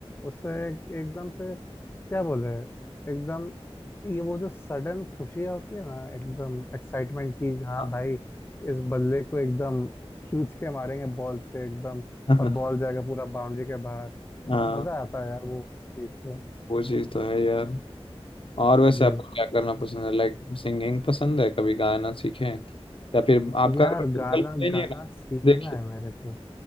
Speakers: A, on the left; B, on the left.
A: उससे एक, एकदम से क्या बोले एकदम ये वो जो सडन खुशियाँ होती है ना एकदम एक्साइटमेंट की हाँ
B: हाँ
A: भाई इस बल्ले को एकदम खींच के मारेंगे बॉल से एकदम
B: <laughs>
A: और बॉल जाएगा पूरा बाउंड्री के बाहर
B: हाँ,
A: मजा आता है यार वो हाँ चीज से
B: वो चीज़ तो है यार और वैसे
A: जी
B: आपको क्या करना पसंद है लाइक सिंगिंग पसंद है कभी गाना सीखे हैं? या फिर आपका
A: यार
B: अगर बिल्कुल
A: गाना
B: भी नहीं
A: गाना
B: है ना
A: सीखना
B: देखिए
A: है मेरे को